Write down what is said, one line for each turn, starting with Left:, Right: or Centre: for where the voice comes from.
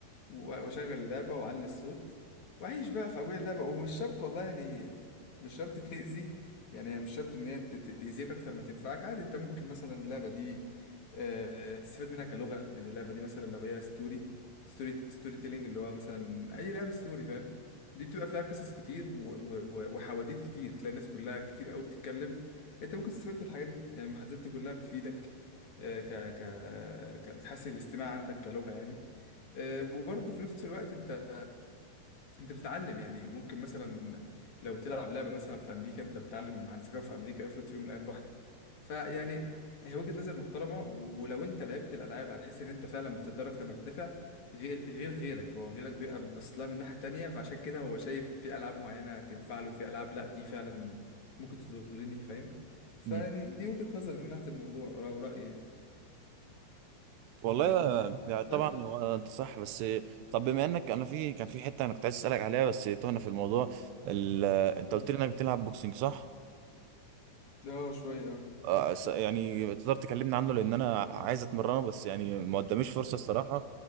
Left: و- واشغل اللعبه واعلي الصوت واعيش بقى في اجواء اللعبه ومش شرط والله يعني مش شرط تاذي يعني هي مش شرط ان هي ت- ت- تاذيك اكتر ما تنفعك عادي انت ممكن مثلا اللعبه دي آه، تستفاد منها كلغه يعني اللعبه دي مثلا لو هي ستوري ستوري ستوري تيلينج اللي هو مثلا اي لعبه ستوري فاهم دي بتبقى فيها قصص كتير و- و- و- وحواديت كتير تلاقي الناس كلها كتير قوي بتتكلم انت ممكن تستفاد من الحاجات دي يعني المحادثات دي كلها بتفيدك آه، ك ك ك بتحسن الاستماع عندك كلغة يعني آه، وبرضه في نفس الوقت انت انت بتتعلم يعني ممكن مثلا لو بتلعب لعبة مثلا في امريكا انت بتتعلم عن ثقافة في امريكا افرض في يوم من الايام رحت فيعني هي وجهة نظر محترمة و- ولو انت لعبت الالعاب هتحس ان انت فعلا بتتضرر اكتر ما تنفع غير غير غيرك هو غيرك بيبقى بص لها من ناحية تانية فعشان كده هو شايف في العاب معينة تنفع له في العاب لا دي فعلا ممكن تضرني فاهم فيعني
Right: مم.
Left: دي وجهة نظر من ناحية الموضوع او رأيي يعني
Right: والله
Left: فاهمني
Right: يعني طبعا
Left: بس
Right: هو انت صح بس طب بما انك انا في كان في حته انا كنت عايز اسالك عليها بس تهنا في الموضوع ال... انت
Left: مم.
Right: قلت لي انك بتلعب بوكسنج صح؟
Left: اه شويه اه
Right: آه س- يعني تقدر تكلمني عنه لان انا عايز اتمرنه بس يعني ما قداميش فرصه الصراحه